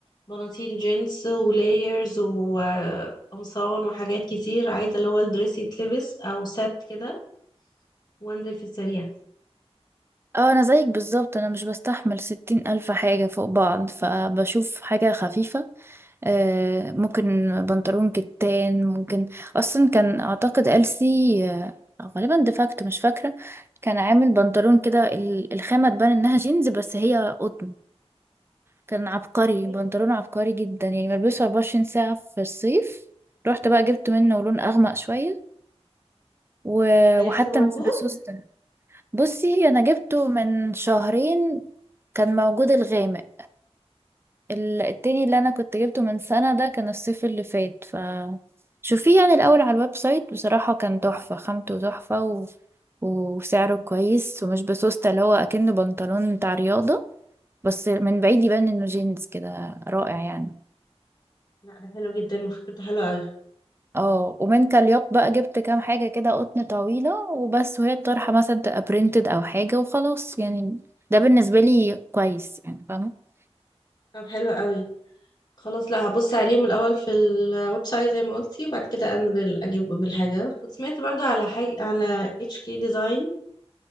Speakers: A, on the left; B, on the right.
A: بناطيل جينز ولايرز وقمصان وحاجات كتير عايزة اللي هو الدريس يتلبس او سات كده وانزل في السريع
B: اه أنا زيك بالظبط أنا مش بستحمل ستين ألف حاجة فوق بعض فبشوف حاجة خفيفة آه، ممكن بنطلون كتان ممكن أصلا كان أعتقد ألسي آه، أو غالبا ديفاكتو مش فاكرة كان عامل بنطلون كده ال- الخامة تبان إنها جينز بس هي قطن كان عبقري
A: إيه،
B: بنطلونه عبقري جدا يعني بلبسه 24 ساعة في الصيف رحت بقى جبت منه لون أغمق شوية و...
A: ده
B: وحتى
A: لسه موجود
B: مش بسوستة بصي أنا جبته من شهرين كان موجود الغامق ال- التاني اللي أنا كنت جبته من سنة ده كان الصيف اللي فات ف شوفيه يعني الأول على الويب سايت بصراحة كان تحفة خامته تحفة و... وسعره كويس ومش بسوستة اللي هو أكنه بنطلون بتاع رياضة بس من بعيد يبان إنه جينز كده رائع يعني
A: لا ده حلو جدا وفكرته حلوة قوي
B: اه ومن كاليوت بقى جبت كام حاجة كده قطن طويلة وبس وهي الطرحة مثلا تبقى برينتد أو حاجة وخلاص يعني ده بالنسبة لي كويس يعني فاهمة
A: طب حلو قوي خلاص لا هبص عليه من الاول في الويب سايت زي ما قلتي وبعد كده انزل اجيب بالحاجه كنت سمعت برضو على حاجه على اتش كي ديزاين